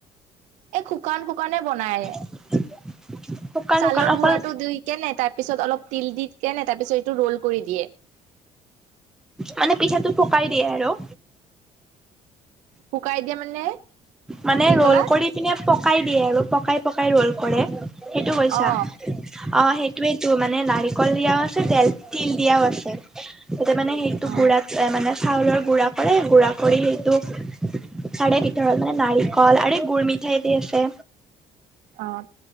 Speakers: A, on the right; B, in the centre.
A: এই শুকান-শুকানে বনাই৷
B: <unintelligible> শুকান
A: ছালৰ
B: শুকান অকল
A: গুড়াটো ধুই কেনে তাৰপিছত অলপ তিল দি কেনে তাৰপিছত এইটো ৰোল কৰি দিয়ে৷
B: মানে পিঠাটো পকাই দিয়ে আৰু৷
A: শুকাই যে মানে
B: মানে
A: কি
B: ৰোল
A: ক'লা
B: কৰি কিনে পকাই দিয়ে আৰু পকাই - পকাই ৰোল কৰে৷ সেইটো কৈছা।
A: অ
B: অ সেইটোৱে টো মানে নাৰিকল দিয়াও আছে তেল তিল দিয়াও আছে। তাতে মানে সেইটো
A: অ
B: গুৰাত এ মানে চাউলৰ গুড়া কৰে। গুড়া কৰি সেইটোক তাৰে ভিতৰত মানে নাৰিকল আৰু গুৰ মিঠাই দি আছে।
A: অ